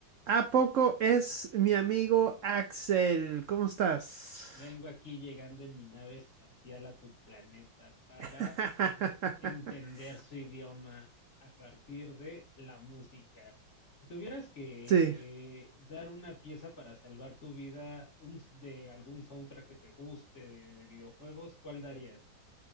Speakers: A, on the right; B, on the left.
A: ¿A poco es mi amigo Axel? ¿Cómo estás?
B: Vengo aquí llegando en mi nave espacial a tu planeta para
A: <laughs>
B: entender su idioma a partir de la música. Si tuvieras que
A: Sí.
B: eh, dar una pieza para salvar tu vida un s- de algún soundtrack que te guste de, de videojuegos, ¿cuál darías?